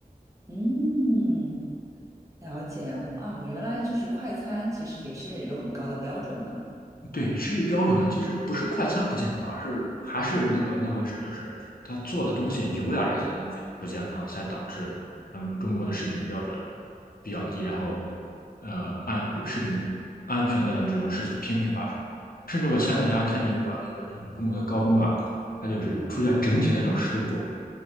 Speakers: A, on the right; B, on the left.
A: 嗯，了解，啊，原来就是快餐其实也是有很高的标准的。
B: 对，吃一标准呢，其实不是快餐不健康，而是还是那个那回事，就是他做的东西油呀这些东西不健康，才导致咱们中国的食品标准
A: 哦
B: 比较低，然后呃安食品安全的这种事情频频发生。甚至我前两天还看见一个一个就是中国的高中啊，它就是出现整体的这种食物中毒。
A: 嗯，